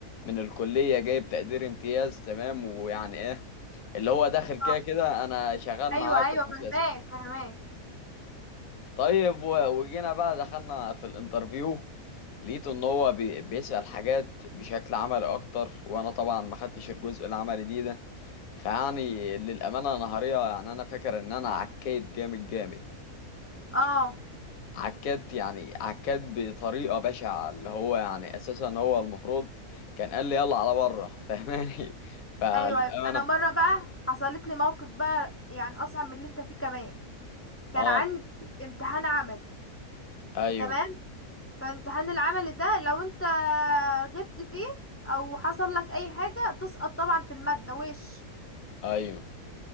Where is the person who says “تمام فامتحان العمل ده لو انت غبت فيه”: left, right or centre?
Left